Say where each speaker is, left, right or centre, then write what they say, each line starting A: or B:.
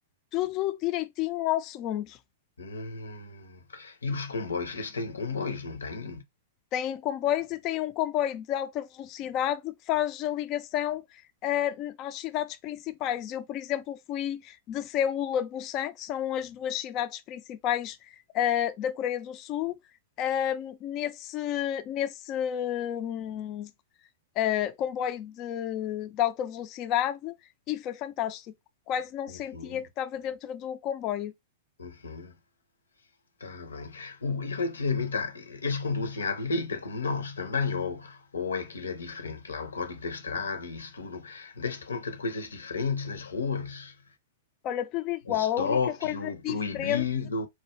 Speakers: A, on the left; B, on the left.
A: Tudo direitinho ao segundo.
B: Hum. E os comboios? Eles têm comboios, não têm?
A: Tem comboios e tem um comboio de alta velocidade que faz a ligação uh, às cidades principais. Eu, por exemplo, fui de Seul a Busan, que são as duas cidades principais uh, da Coreia do Sul. Um, nesse nesse um, uh, comboio de, de alta velocidade e foi fantástico. Quase não
B: Uhum,
A: sentia que estava dentro do comboio.
B: uhum, tá bem. O- e relativamente a. Eles conduzem à direita, como nós também, ou, ou é aquilo é diferente lá, o código da estrada e isso tudo. Deste conta de coisas diferentes nas ruas?
A: Olha, tudo igual.
B: O stop,
A: A única coisa
B: o
A: diferente
B: proibido,